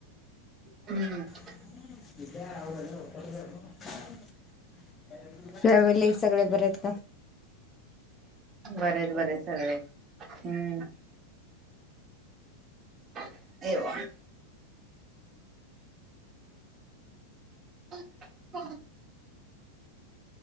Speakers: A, on the right; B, on the left.
A: <inaudible>
B: <unintelligible> फॅमिली सगळे बरे आहेत का
A: बरेत बरेत सगळे हम्म <inaudible> <inaudible>